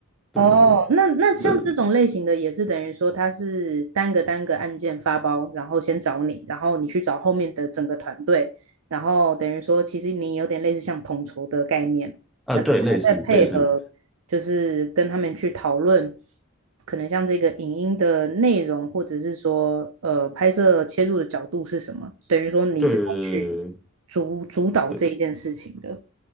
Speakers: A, in the centre; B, on the right.
A: 对对对。
B: 哦，那那像这种类型的也是等于说，
A: 对
B: 它是单个单个案件发包，然后先找你，然后你去找后面的整个团队，然后等于说，其实你有点类似像统筹的概念，
A: 呃，
B: 然后还要再配合，
A: 对，类似类似，
B: 就是跟他们去讨论，可能像这个影音的内容，或者是说，呃，拍摄切入的角度是什么，等于说你是要去
A: 对对
B: 主主导这一件事情的。
A: 对